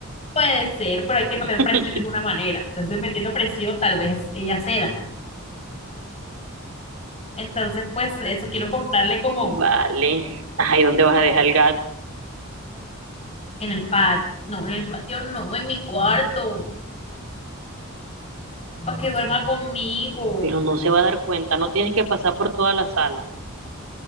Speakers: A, on the left; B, on the right.
A: Puede ser, pero hay que meter
B: <laughs>
A: presión de alguna manera. Entonces, metiendo presión, tal vez ella ceda. Entonces, pues, eso quiero comprarle como
B: Vale. Ajá, ¿y dónde vas a dejar el gato?
A: en el patio, no, en el patio no, en mi cuarto, para que duerma conmigo.
B: Pero no se va a dar cuenta, no tienes que pasar por toda la sala.